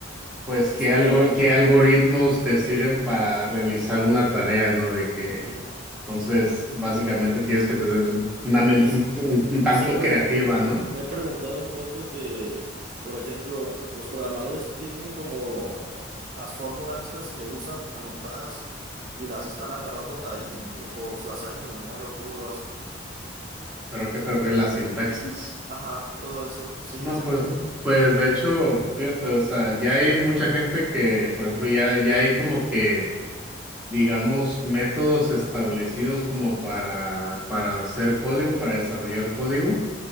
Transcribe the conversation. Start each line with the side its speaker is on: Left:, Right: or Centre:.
Centre: pues,
Right: Que
Centre: qué
Right: esperar.
Centre: algo, qué algoritmos te sirven para realizar una tarea, ¿no? De que,
Right: Ujú.
Centre: entonces, básicamente tienes que tener una mente
Right: Y si-
Centre: un un- un tanto
Right: siempre
Centre: creativa, ¿no?
Right: me he preguntado un poco que, por ejemplo, los programadores tienen como las fórmulas estas que usan anotadas y las están agarrando de ahí o se las saben de memoria o cómo lo hacen.
Centre: ¿Pero a qué te refieres la sintaxis?
Right: Ajá, todo eso, sí,
Centre: No,
Right: exactamente.
Centre: pues no. Pues de hecho, fíjate, o sea, ya hay mucha gente que, por ejemplo, ya, ya hay como que, digamos, métodos establecidos como para, para hacer código, para desarrollar código.